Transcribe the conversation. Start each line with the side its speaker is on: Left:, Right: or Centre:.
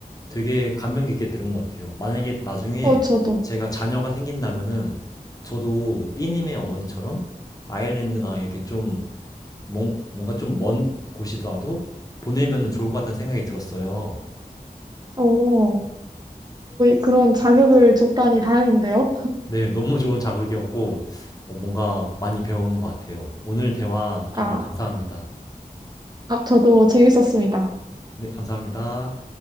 Left: 되게 감명 깊게 들은 것 같아요. 만약에 나중에
Right: 어, 저도.
Left: 제가 자녀가 생긴다면은 저도 삐님의 어머니처럼 아일랜드나 이렇게 좀 뭔- 뭔가 좀 먼 곳이라도 보내면은 좋을 것 같다는 생각이 들었어요.
Right: 어, 어, 그런 자극을 줬다니 다행인데요.
Left: 네, 너무 좋은 자극이었고 어, 뭔가 많이 배운 것 같아요. 오늘 대화
Right: 아,
Left: 정말 감사합니다.
Right: 아, 저도 재밌었습니다.
Left: 네, 감사합니다.